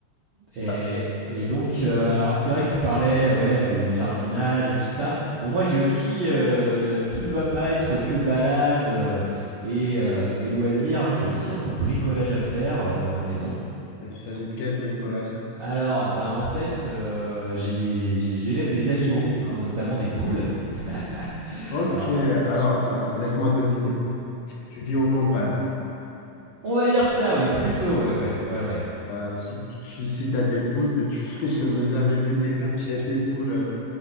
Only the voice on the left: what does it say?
Ah,
il s'agit de quel bricolage?
Ok,
alors, alors, laisse-moi deviner. Tu vis en campagne.
Euh, si tu si t'as des poules, c'est- tu, <laughs> je n'ai jamais vu quelqu'un qui a des poules euh,